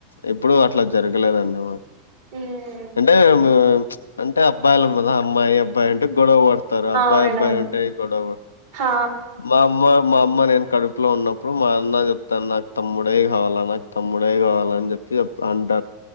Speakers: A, on the left (about 80°); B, on the right (about 65°).
A: ఎప్పుడు అట్లా జరగలేదండి మా
B: ఆ
A: అంటే అంటే బాల మీద అమ్మాయి అబ్బాయి అంటే గొడవ పడతారు అబ్బాయి
B: అవునవును
A: అబ్బాయి ఉంటే గొడవ పడతారు
B: హా
A: మా అమ్మ మా అమ్మ నేను కడుపులో ఉన్నప్పుడు మా అన్న చెప్తాను నాకు తమ్ముడే కావాలా నాకు తమ్ముడే కావాలని చెప్పుతాడంట